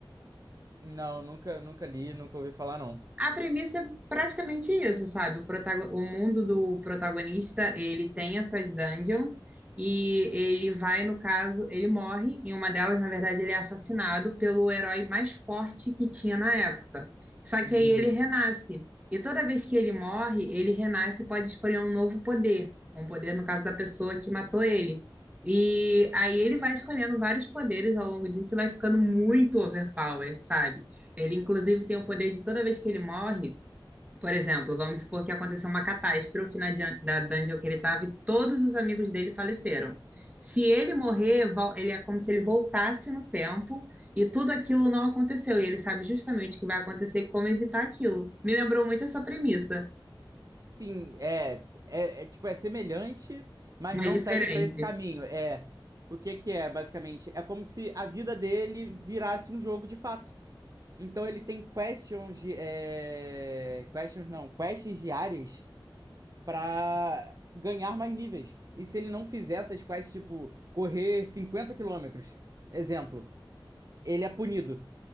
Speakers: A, on the right; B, on the right.
A: Não, nunca, nunca li, nunca ouvi falar, não.
B: A premissa é praticamente isso, sabe? O, protago- o mundo do protagonista, ele tem essas dungeons e ele vai, no caso, ele morre. Em uma delas, na verdade, ele é assassinado pelo herói mais forte que tinha na época. Só que
A: Uhum.
B: aí ele Uhum. renasce. E toda vez que ele morre, ele renasce e pode escolher um novo poder. Um poder, no caso, da pessoa que matou ele. E aí ele vai escolhendo vários poderes ao longo disso e vai ficando muito overpower, sabe? Ele, inclusive, tem o poder de toda vez que ele morre, por exemplo, vamos supor que aconteceu uma catástrofe na dun- da dungeon que ele estava e todos os amigos dele faleceram. Se ele morrer, vol- ele é como se ele voltasse no tempo e tudo aquilo não aconteceu. E ele sabe justamente o que vai acontecer e como evitar aquilo. Me lembrou muito essa premissa,
A: Sim, é, é, é, tipo, é semelhante, mas
B: mas
A: não
B: diferente.
A: segue para esse caminho. É, o que que é, basicamente? É como se a vida dele virasse um jogo de fato. Então ele tem questions, de- é, questions não, quests diárias para ganhar mais níveis. E se ele não fizer essas quests, tipo, correr 50 quilômetros, exemplo, ele é punido.